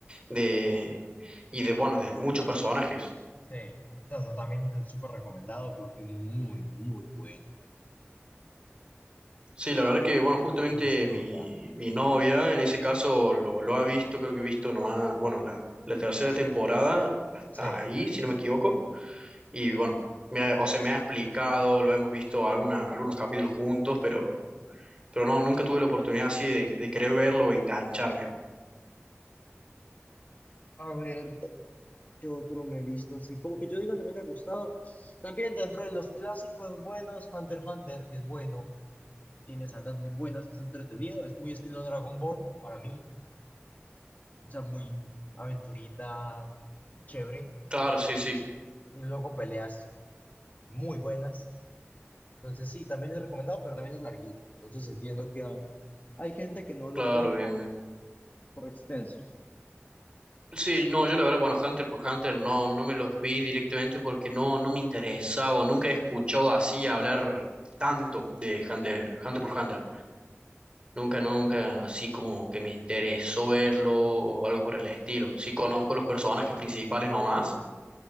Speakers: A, on the right; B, on the left.
A: de y de bueno, de muchos personajes.
B: Sí, entonces también es súper recomendado porque muy, muy bueno.
A: Sí, la verdad que bueno, justamente
B: Se disfruta.
A: mi, mi novia en ese caso lo, lo ha visto, creo que he visto nomás, bueno, la, la tercera temporada hasta
B: Sí.
A: ahí, si no me equivoco. Y bueno, me ha- o sea, me ha explicado, lo hemos visto alguna, algunos capítulos juntos, pero pero no, nunca tuve la oportunidad así de, de querer verlo o engancharme.
B: A ver. ¿Qué otro me he visto así? Como que yo diga que me haya gustado. También dentro de los clásicos buenos, Hunter x Hunter es bueno. Tiene sacas muy buenas, es entretenido, es muy estilo Dragon Ball para mí. O sea, muy aventurita, chévere.
A: Claro, sí, sí,
B: Y luego peleas muy buenas. Entonces sí, también es recomendado, pero también es larguito. Entonces entiendo que ah, hay gente que no los
A: claro,
B: ve por,
A: bien, bien.
B: por extensos.
A: Sí, no, yo la verdad, bueno, Hunter por Hunter no, no me los vi directamente porque no, no me interesaba o nunca he escuchado así hablar tanto de Hunter, Hunter por Hunter. Nunca, nunca, así como que me interesó verlo o algo por el estilo. Sí conozco los personajes principales nomás,